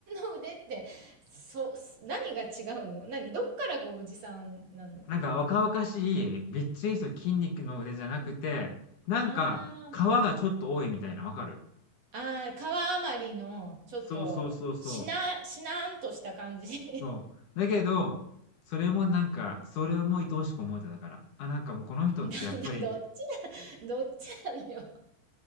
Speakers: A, on the right; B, on the left.
A: んの腕ってそ何が違うの何どっからがおじさんなのその
B: なんか若々しい、びっちりした筋肉の腕じゃなくて、なんか、
A: あー
B: 皮がちょっと多いみたいな、わかる
A: あー川あまりのちょっとしなしなーんとした感じ、
B: そうそうそうそう。
A: <laughs>
B: そう。だけど、それもなんか、
A: うん、
B: それも愛おしく思えただから。あ、なんかもうこの人ってやっぱり、
A: なんだどっちなどっちなのよ